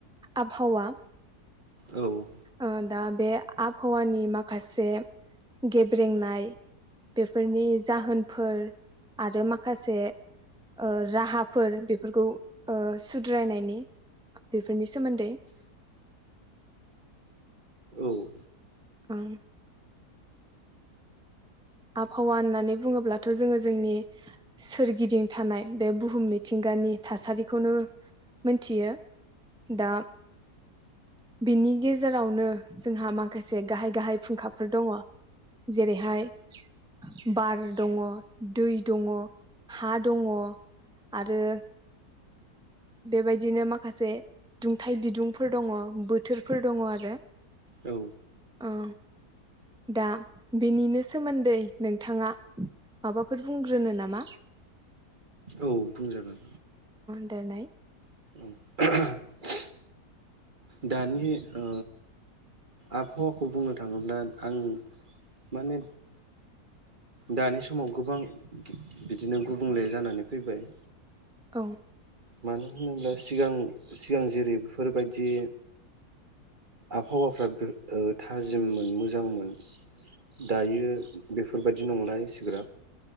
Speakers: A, in the centre; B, on the right.
A: आबहावा।
B: औ
A: अ दा बे आबहावानि माखासे गेब्रेंनाय बेफोरनि जाहोनफोर आरो माखासे ओ राहाफोर बेफोरखौ ओ सुद्रायनायनि बेफोरनि सोमोन्दै
B: औ
A: ओं आबहावा होननानै बुङोब्लाथ' जोङो जोंनि सोरगिदिं थानाय बे बुहुम मिथिंगानि थासारिखौनो मोनथियो। दा बिनि गेजेर जेरावनो जोंहा माखासे गाहाय गाहाय फुंखाफोर दङ जेरैहाय बार दङ दै दङ हा दङ आरो बेबायदिनो माखासे दुंथाइ बिदुं फोर दङ बो थोरफोर दङ आरो
B: औ
A: ओ दा बेनिनो सोमोन्दै नोंथाङा माबाफोर बुंग्रोनो नामा
B: औ बुंजागोन
A: दोरनाय
B: <unintelligible> दानि ओ आबहावाखौ बुंनो थाङोब्ला आं माने दानि समाव गोबां बिदिनो गुबुंले जानानै फैबाय
A: औ
B: मानो होनोब्ला सिगां सिगां जेरै बेफोरबायदि आबहावाफ्रा ओ थाजिममोन मोजांमोन दायो बेफोर बायदि नंलाय एसिग्राब